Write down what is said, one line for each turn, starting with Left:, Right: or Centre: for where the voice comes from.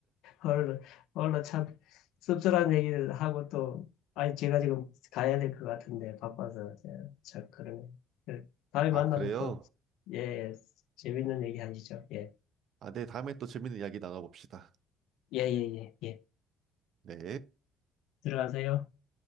Left: 얼늘 얼른 참 씁쓸한 얘기를 하고 또 아니 제가 지금 가야 될 것 같은데 바빠서 참 그러네. 그 다음에
Right: 아,
Left: 만나서
Right: 그래요?
Left: 또 예, 예, 재밌는 얘기 하시죠. 예,
Right: 아, 네. 다음에 또 재밌는 이야기 나눠봅시다.
Left: 예, 예, 예, 예.
Right: 네.
Left: 들어가세요.